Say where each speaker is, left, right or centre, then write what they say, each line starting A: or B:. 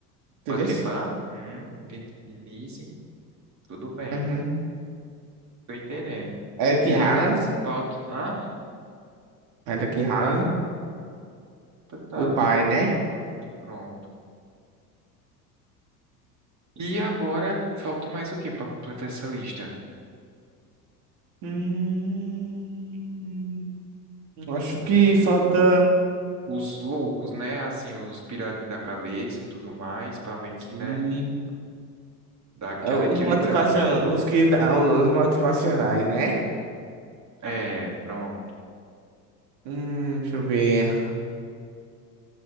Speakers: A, on the right; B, on the right.
A: Entendeu?
B: Paquetá, hum, Vin- Vinícius, tudo bem.
A: Uhum.
B: Tô entendendo.
A: Eric
B: E
A: Haaland,
B: falta. Ah,
A: Eric Haaland,
B: tá, tá,
A: o pai, né?
B: pronto. E agora falta mais o que pra completar essa lista?
A: Hum, acho que falta,
B: Os loucos, né? Assim, os piradinhos da cabeça e tudo mais, pra meio que,
A: sim,
B: né? Dar aquela
A: é, os
B: equilibrada.
A: motivacion, os que dá, os motivacionais, né?
B: É, pronto.
A: Hum, deixa eu ver.